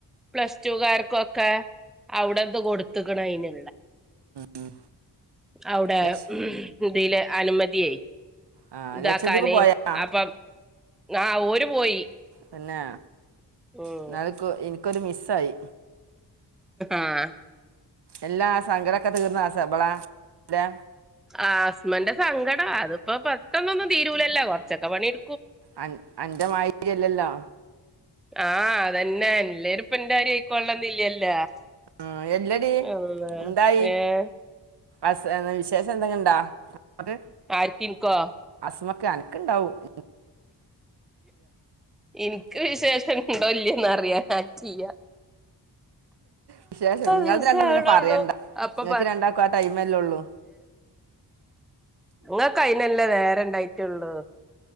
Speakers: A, in the centre; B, on the right (about 70°).
A: പ്ലസ് ടുക്കാർക്കൊക്കെ അവിടെ ഇത് കൊടുത്ത്ക്കണ് അയിന്.
B: ഉം.
A: അവിടെ
B: ലക്ഷ
A: ഇതില് അനുമതിയേ.
B: ആ
A: ഇതാക്കാന്
B: ലക്ഷദ്വീപ് പോയാ
A: അപ്പം ആ ഓര് പോയി.
B: പിന്നെ
A: ഉം
B: എന്നാൽ എനിക്കൊരു മിസ്സായി.
A: ആഹ്
B: എല്ലാ സങ്കടൊക്കെ തീർന്നാ സബളാന്റെ?
A: ആ ഹസ്മന്റെ സങ്കടം അതിപ്പോ പെട്ടന്നൊന്നും തീരൂലല്ല കുറച്ചൊക്കെ പണി എ
B: അ അന്റെ മായിരിയല്ലല്ലോ?
A: ആഹ് അതന്നെ എല്ലാരും എന്റെ മാരി ആയിക്കൊള്ളന്നില്ലല്ല.
B: ആ, എല്ലടി
A: ഇല്ല
B: എന്തായി
A: ആ ഏഹ്
B: അസ് വിശേഷം എന്തെങ്ങ ഉണ്ടാഅസ്മക്ക്?
A: ആരിക്ക് എനിക്കോ?
B: അസമക്ക് അനക്ക് ഉണ്ടാവും.
A: എനിക്ക് വിശേഷം ഇണ്ടോ ഇല്ല്യോന്ന് അറിയൻ ആയിട്ടില്ല.
B: വിശേഷം നിങ്ങളത്
A: ദിവസം
B: രണ്ടും
A: ആവണൊള്ളൂ
B: പിന്നെ പറയണ്ട
A: അപ്പൊ
B: നിങ്ങക്ക് രണ്ടാക്കും ആ ടൈമല്ലേള്ളു.
A: ഇങ്ങക്കയിനല്ലേ നേരം ഉണ്ടായിട്ടള്ളത്